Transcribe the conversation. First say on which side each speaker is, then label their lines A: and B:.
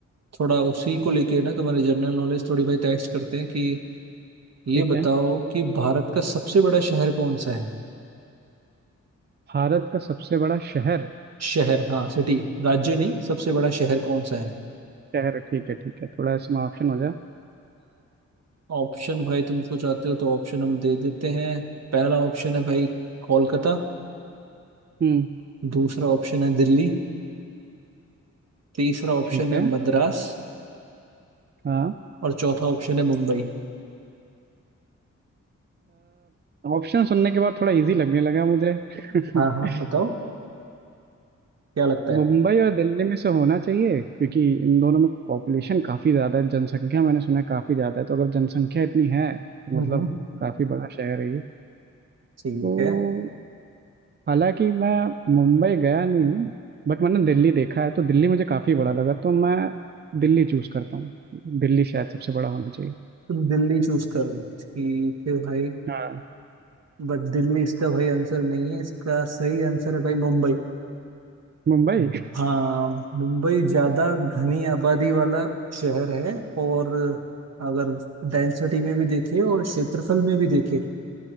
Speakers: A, on the right; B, on the right.
A: थोड़ा उसी को लेके ना तुम्हारी जनरल नॉलेज थोड़ी भाई टेस्ट करते हैं कि ये
B: ठीक
A: बताओ
B: है
A: कि भारत का सबसे बड़ा शहर कौन सा है
B: भारत का सबसे बड़ा शहर
A: शहर हाँ सिटी राज्य नहीं सबसे बड़ा शहर कौन सा है
B: शहर ठीक है ठीक है थोड़ा इसमें ऑप्शन हो जाए
A: ऑप्शन भाई तुमको चाहते हो तो ऑप्शन हम दे देते हैं पहला ऑप्शन है भाई कोलकाता
B: हम्म
A: दूसरा ऑप्शन है दिल्ली तीसरा ऑप्शन
B: ठीक
A: है
B: है
A: मद्रास
B: हाँ
A: और चौथा ऑप्शन है मुंबई
B: ऑप्शन सुनने के बाद थोड़ा इजी लगने लगा मुझे <laughs>
A: हाँ हाँ बताओ क्या लगता है
B: मुंबई और दिल्ली में से होना चाहिए क्योंकि इन दोनों में पॉपुलेशन काफी ज्यादा है जनसंख्या मैंने सुना है काफी ज्यादा है तो अगर जनसंख्या इतनी है तो
A: हम्म
B: मतलब
A: हम्म,
B: काफी बड़ा शहर है ये
A: ठीक
B: तो
A: है
B: हालांकि मैं मुंबई गया नहीं हूँ बट मैंने दिल्ली देखा है तो दिल्ली मुझे काफी बड़ा लगा तो मैं दिल्ली चूज करता हूँ दिल्ली शायद सबसे बड़ा होना चाहिए
A: तुम दिल्ली चूज कर रहे हो। ठीक है भाई
B: हाँ
A: बट दिल्ली इसका भाई आंसर नहीं है इसका सही आंसर है भाई मुंबई
B: मुंबई
A: हम्म। हाँ मुंबई ज्यादा घनी आबादी वाला शहर है और अगर डेंसिटी में भी देखे और क्षेत्रफल में भी देखे